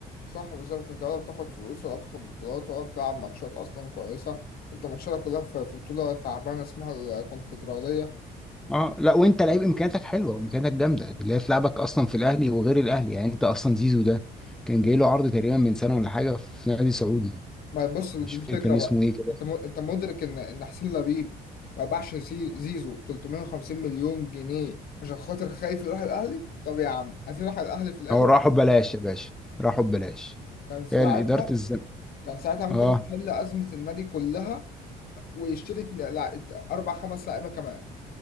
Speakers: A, on the left; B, in the centre.
A: صح بالظبط أنت ولا بتاخد فلوس ولا بتاخد بطولات ولا بتلعب ماتشات أصلا كويسة أنت ماتشاتك كلها في في بطولة تعبانة اسمها الكونفدرالية
B: اه لا وانت لعيب امكانياتك حلوه وامكانياتك جامده اللي هي تلعبك اصلا في الاهلي وغير الاهلي يعني انت اصلا زيزو ده كان جاي له عرض تقريبا من سنه ولا حاجه في نادي سعودي
A: ما بص دي
B: مش
A: الفكرة
B: فاكر كان اسمه
A: بقى
B: ايه كده
A: انت م... انت مدرك ان ان حسين لبيب ما باعش زي... زيزو ب 350 مليون جنيه عشان خاطر خايف يروح الاهلي طب يا عم عايز يروح الاهلي في الاخر
B: هو راحوا ببلاش يا باشا راحوا ببلاش
A: كان ساعتها
B: هي اداره الزم
A: كان ساعتها ممكن
B: اه
A: تحل ازمة النادي كلها ويشتري اتن- لع- اربع خمس لعيبة كمان